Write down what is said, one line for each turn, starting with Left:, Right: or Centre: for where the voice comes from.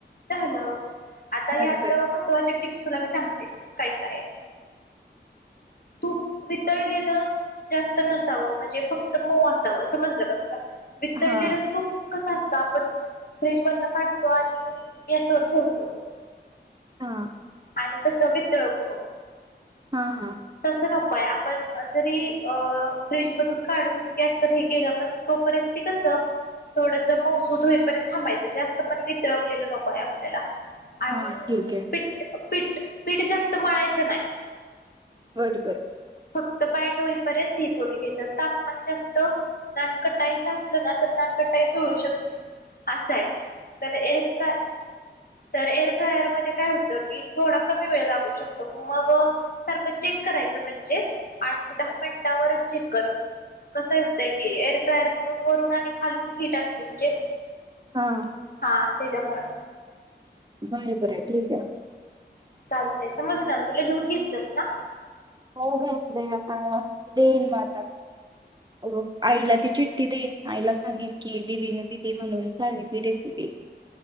Left: ल आता
Right: बरं
Left: यात
Right: बरं
Left: महत्त्वाचे टिप्स तुला मी सांगते काय काय तूप वितळलेलं जास्त नसावं म्हणजे फक्त मऊ असावं समजलं का तुला वितळलेलं
Right: हा
Left: तूप कसं असतं आपण फ्रीज मधन काढतो आणि यास ठेवतो
Right: हा
Left: आणि कस वितरवतो
Right: हा हा
Left: तस नकोय आपण जरी अ फ्रीजमधून काढून गॅसवर हे केेल आपण तोपर्यंत ते कसं थोडस मसू धोईपर्यंत थांबायचं जास्त पण वितळवलेलं नकोय आपल्याला आणि
Right: हां ठीक आहे
Left: पीठ पीठ पीठ जास्त म्हळायचं नाही
Right: बरं बरं
Left: फक्त बाइड होईपर्यंत हे करून घ्यायचं तापमान जास्त नानकटाईच असलं ना तर नानकटाई जुळू शकते असाय तर एर का तर एअर फ्रायर मध्ये काय होतं की थोडा कमी वेळ लागू शकतो मग सारखं चेक करायचं म्हणजे म्हणजे आठ ते दहा मिनिटात चेक कस्स असतय की एअर फ्रायर वरून आणि खालून हीट असते म्हणजे
Right: हा.
Left: हा त्याच्यामुंळ.
Right: बर बर आहे ठीक आहे.
Left: चालतय समजल ना तुला लिऊून घेतलंस ना.
Right: हो अेन देऊन मता <unintelligible> हो आईला ती चिठ्ठी देईन आईला सांगेन की दिदीने दिली म्हणून सांगेल ती रेसिपी.
Left: ह.